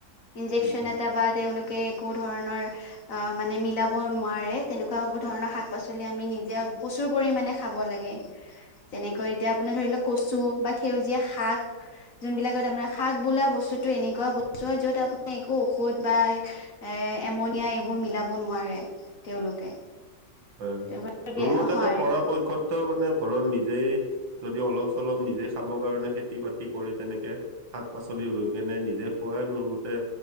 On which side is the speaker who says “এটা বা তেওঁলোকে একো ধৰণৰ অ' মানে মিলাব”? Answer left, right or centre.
Left